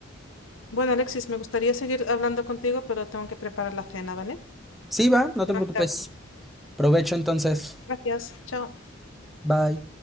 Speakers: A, on the left; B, in the centre.
A: Bueno, Alexis, me gustaría seguir hablando contigo, pero tengo que preparar la cena, ¿vale?
B: Sí, va, no
A: Pero
B: te preocupes.
A: te hablamos.
B: Provecho entonces.
A: Gracias. Chao.
B: Bye.